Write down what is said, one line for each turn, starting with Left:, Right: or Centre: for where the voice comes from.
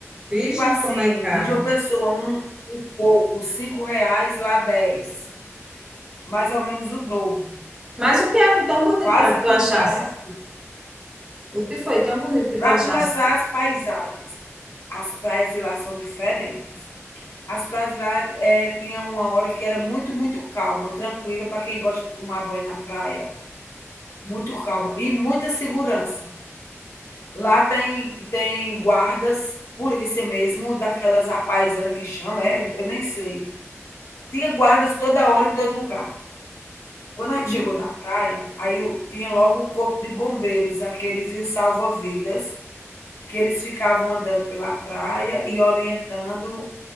Right: Vige
Left: Tipo assim,
Right: como
Left: em
Right: é caro.
Left: João Pessoa, um, um coco, cinco reais, lá dez, Mais ou menos o dobro.
Right: Mas o que é que tão bonito
Left: Quase
Right: lá que tu
Left: tudo
Right: achasse?
Left: lá era assim.
Right: O que foi tão bonito que
Left: Para
Right: tu achasse?
Left: começar, as paisagens. As praias de lá são diferentes. As praias de lá, eh, tinha uma hora que era muito, muito calma, tranquila para quem gosta de tomar banho na praia, muito calma e muita segurança. Lá tem tem guardas, polícia mesmo, daquelas à que chama, é, eu nem sei. Tinha guardas toda hora em todo lugar. Quando a
Right: Hum?
Left: gente chegou na praia, aí o tinha logo o corpo de bombeiros, aqueles e os salva-vidas, que eles ficavam andando pela praia e orientando,